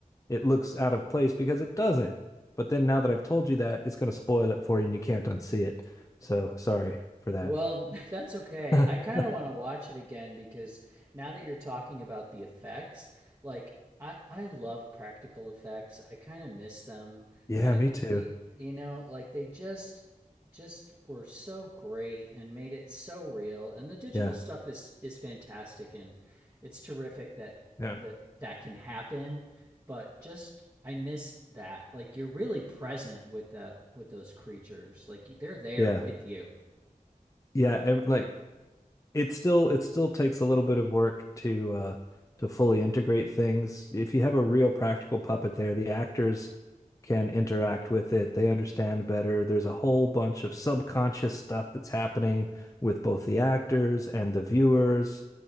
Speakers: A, on the left; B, on the right.
A: it looks out of place because it doesn't. But then now that I've told you that, it's going to spoil it for you and you can't unsee it. So sorry for that.
B: Well, <laughs> that's okay.
A: <laughs>
B: I kind of want to watch it again because now that you're talking about the effects, like I I love practical effects. I kind of miss them.
A: Yeah,
B: I
A: me too.
B: y- you know, like they just just were so great and made it so real. And the digital
A: Yeah.
B: stuff is is fantastic and it's terrific that
A: Yeah.
B: that that can happen, but just I miss that. Like you're really present with the with those creatures. Like you- they're there
A: Yeah.
B: with you
A: Yeah, ev- like it still it still takes a little bit of work to uh to fully integrate things. If you have a real practical puppet there, the actors can interact with it. They understand better. There's a whole bunch of subconscious stuff that's happening with both the actors and the viewers.